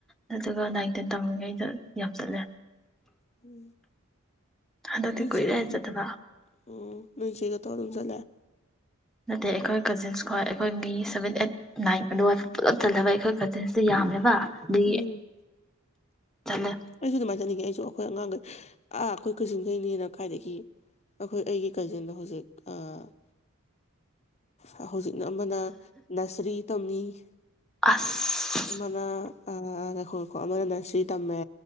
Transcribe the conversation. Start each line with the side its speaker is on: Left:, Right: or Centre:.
Centre: ꯅꯠꯇ꯭ꯔꯒ ꯅꯥꯏꯟꯇꯤꯟ ꯇꯝꯂꯤꯉꯩꯗ ꯌꯥꯝ ꯆꯠꯂꯦ
Left: ꯎꯝ
Centre: ꯍꯟꯗꯛꯇꯤ
Left: ꯅꯆꯦꯗꯤ
Centre: ꯀꯨꯏꯔꯦ ꯆꯠꯇꯕ
Left: ꯎ ꯅꯆꯦꯒ ꯍꯔ ꯆ
Centre: ꯅꯠꯇꯦ ꯑꯩꯈꯣꯏ ꯀꯖꯤꯟꯁꯀꯣ ꯑꯩꯈꯣꯏ ꯃꯤ ꯁꯕꯦꯟ ꯑꯩꯠ ꯅꯥꯏꯟ ꯑꯗꯨꯋꯥꯏꯐ ꯄꯨꯂꯞ ꯆꯜꯂꯕ ꯑꯩꯈꯣꯏ ꯀꯖꯤꯟꯁꯇꯦ ꯌꯥꯝꯃꯦꯕ ꯑꯗꯨꯒꯤ
Left: ꯎꯝ
Centre: ꯆꯠꯂꯦ
Left: ꯑꯩꯁꯨ ꯇꯃꯥꯏꯖꯅꯤ ꯑꯩꯁꯨ ꯑꯩꯈꯣꯏ ꯑꯉꯥꯡꯈꯩ ꯑꯥ ꯑꯩꯈꯣꯏ ꯀꯥꯖꯤꯟꯈꯩꯅꯤꯅ ꯀꯥꯏꯗꯒꯤ ꯑꯩꯈꯣꯏ ꯑꯩꯒꯤ ꯀꯖꯤꯟꯗꯣ ꯍꯧꯖꯤꯛ ꯑꯥ ꯑꯥ ꯍꯧꯖꯤꯛ ꯑꯃꯅ ꯅꯁꯔꯤ ꯇꯝꯃꯤ
Centre: ꯑꯁ
Left: ꯑꯃꯅ ꯉꯥꯏꯈꯣ ꯉꯥꯏꯈꯣ ꯑꯃꯅ ꯅꯁꯔꯤ ꯇꯝꯃꯦ